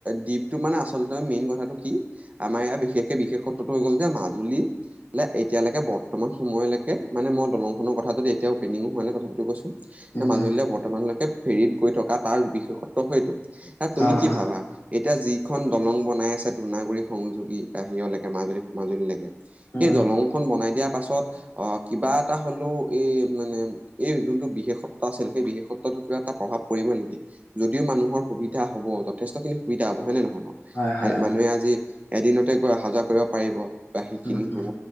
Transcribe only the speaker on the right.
দ্বীপটো মানে আচলতে মেইন কথাটো কি আমাৰ ইয়াৰ বিশেষকৈ বিশেষত্বটো হৈ গ'ল যে মাজুলী এতিয়ালৈকে বৰ্তমান সময়লৈকে মানে মই দলংখনৰ কথা যদি এতিয়া অপেনিঙো হোৱা নাই তথাপিতো কৈছো
মাজুলীয়ে
বৰ্তমানলৈকে ফেৰিত গৈ থকা তাৰ বিশেষত্ব সেইটো। না তুমি
কি
ভাবা? এতিয়া যিখন দলং বনাই আছে ধূনাগুৰি সংযোগী তাহিৰলৈকে মাজুলী মাজুলীলৈকে
সেই
দলংখন বনাই দিয়া পাছত অ', কিবা এটা হ'লেও এই মানে এই যোনটো বিশেষত্ব আছিল সেই বিশেষত্বটোত কিবা এটা প্ৰভাৱ পৰিব নেকি, যদিও মানুহৰ সুবিধা হ'ব যথেষ্ট খিনি সুবিধা হ'ব হয় নে নহয় বাৰু
মানুহে আজি এদিনতে গৈ অহা-যোৱা কৰিব পাৰিব বা সেইখিনি
হ'ব।